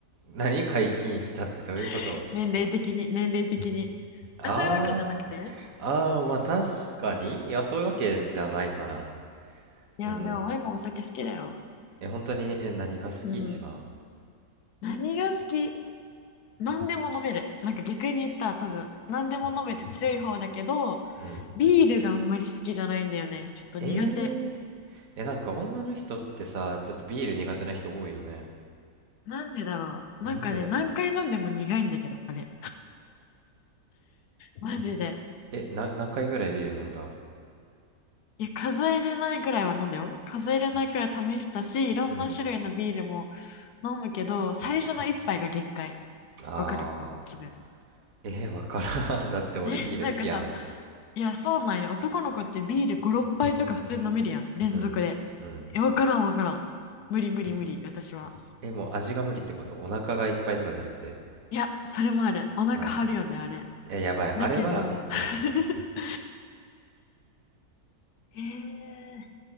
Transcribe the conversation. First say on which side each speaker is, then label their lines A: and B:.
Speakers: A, on the right (about 65°); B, on the left (about 85°).
A: 何解禁したってどういうこと
B: <laughs> 年齢的に、年齢的に。
A: あ
B: あ、そういうわけじゃなくて
A: ー、ああー、まあ確かに。いや、そういうわけじゃないかな。
B: いや、
A: うん。
B: でもワインもお酒好きだよ。
A: え、本当に、え、何が好き一番
B: うん。何が好き何でも飲める。なんか逆に言ったら多分、何でも飲めて強い方だけど、
A: うん。
B: ビールがあんまり好きじゃないんだよね。ちょっと苦手。
A: えー、え、なんか女の人ってさ、ちょっとビール苦手な人多いよね。
B: なんでだろう。
A: なんでだろう。
B: なんかね、何回飲んでも苦いんだけど、あれ。マジで。
A: え、な、何回ぐらいビール飲んだ
B: いや、数えれないぐらいは飲んだよ。数えれないくらい試したし、いろんな種類のビールも
A: うん。
B: 飲むけど、最初の一杯が限界。
A: あ
B: わかるこの気分。
A: ー、えー、わからん。<laughs> だって俺ビール好きやもん。
B: <laughs> なんかさ、いや、そうなんよ。男の子ってビール5、6杯とか普通に飲めるやん。連続で。
A: うんうん
B: いや、わからんわからん。無理無理無理、私は。
A: えもう味が無理ってことお腹がいっぱいとかじゃなくて
B: いや、それもある。お腹張るよね、
A: ああ
B: あれ。
A: えやばいあれはうん
B: だけど、<laughs> えー